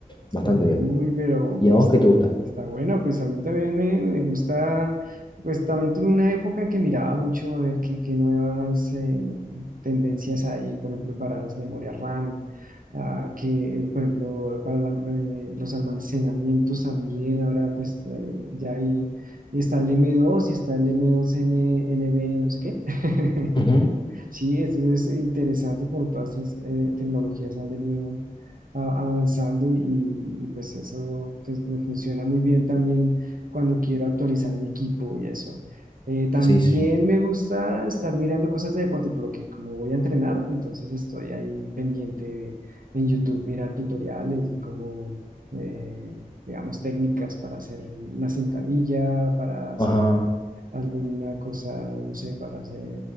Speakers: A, on the left; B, on the right.
A: Bastante
B: Uy,
A: bien.
B: pero
A: ¿Y
B: pues,
A: a vos
B: está,
A: qué te gusta?
B: está bueno, pues a mí también me, me gusta, pues también tuve una época en que miraba mucho a ver qué, qué nuevas eh, tendencias hay, por ejemplo, para las memorias RAM, ah, que, por ejemplo, para la- eh, los almacenamientos también, ahora pues eh, ya hay, está el M2 y está el M2NB, no sé qué. <laughs>
A: Ujú.
B: Sí, esto es interesante como todas estas eh, tecnologías han venido a- avanzando y, y pues eso pues me funciona muy bien también cuando quiero actualizar mi equipo y eso. Eh, también
A: Sí, sí.
B: me gusta estar mirando cosas de deporte, por lo que como voy a entrenar, entonces estoy ahí pendiente en YouTube, mirar tutoriales de cómo, eh, digamos, técnicas para hacer una sentadilla, para hacer
A: Ajá.
B: alguna cosa, no sé, para hacer